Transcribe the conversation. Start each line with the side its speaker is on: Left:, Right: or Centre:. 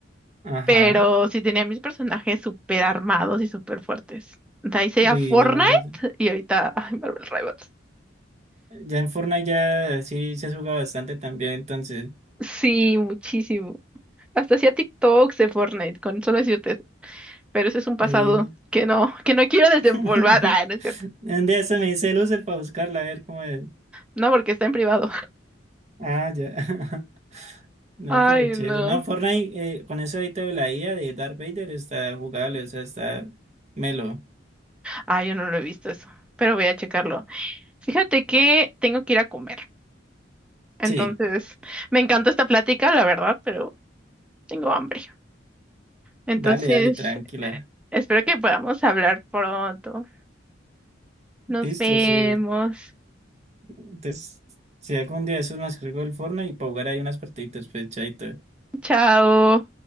Right: Ajá.
Centre: pero sí tenía mis personajes súper armados y súper fuertes. De ahí sería
Right: Y
Centre: Fortnite
Right: mi madre.
Centre: y ahorita, ay, Marvel Rivals.
Right: Ya en Fortnite ya sí se juega bastante también, entonces.
Centre: Sí, muchísimo. Hasta hacía TikToks de Fortnite, con solo decirte pero ese es un pasado
Right: Eh...
Centre: que no, que no quiero desempolvar.
Right: <laughs>
Centre: Ah, no es cierto.
Right: Un día se me dice loser para buscarla, a ver cómo es.
Centre: No, porque está en privado. <laughs>
Right: Ah, ya. <laughs> No,
Centre: Ay,
Right: pero chévere.
Centre: no.
Right: No, Fortnite, eh, con eso ahorita de la IA de Darth Vader está jugable, o sea, está melo.
Centre: Ay, yo no lo he visto eso, pero voy a checarlo. Fíjate que tengo que ir a comer. Entonces,
Right: Sí,
Centre: me encantó esta plática, la verdad, pero tengo hambre. Entonces,
Right: dale, dale, tranquila.
Centre: eh, espero que podamos hablar pronto. Nos
Right: Listo,
Centre: vemos.
Right: sí. Entonces, si algún día eso me descargo el Fortnite y para jugar ahí unas partiditas, pues chaito.
Centre: Chao.